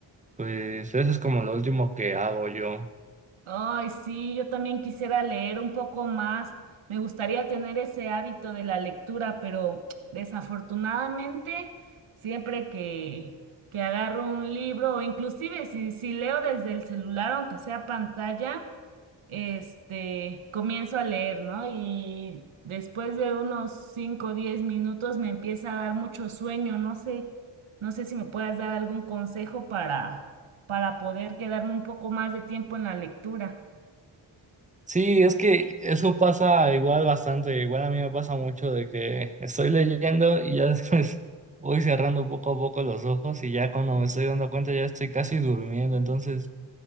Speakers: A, on the right; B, on the right.
A: pues eso es como lo último que hago yo.
B: Ay, sí, yo también quisiera leer un poco más. Me gustaría tener ese hábito de la lectura, pero desafortunadamente siempre que que agarro un libro o inclusive si si leo desde el celular aunque sea pantalla este, comienzo a leer, ¿no? Y después de unos 5, o 10 minutos me empieza a dar mucho sueño, no sé, no sé si me puedas dar algún consejo para, para poder quedarme un poco más de tiempo en la lectura.
A: Sí, es que eso pasa igual bastante, igual a mí me pasa mucho de que estoy leyendo y ya <laughs> después voy cerrando poco a poco los ojos y ya cuando me estoy dando cuenta ya estoy casi durmiendo, entonces,